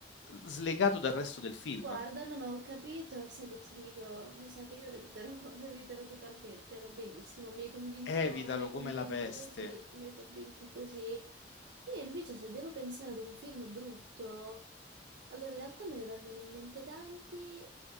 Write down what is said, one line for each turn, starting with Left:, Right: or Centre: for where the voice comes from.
Left: slegato dal resto del film.
Right: guarda, non ho capito e sai che ti dico, mi sa che io lo eviterò, <laughs> lo eviterò totalmente, va benissimo, mi hai convinto,
Left: Evitalo
Right: mi hai convinto
Left: come la peste.
Right: così, mi hai convinto così. Io invece se devo pensare ad un film brutto, Allora, in realtà me ne vengono in mente tanti.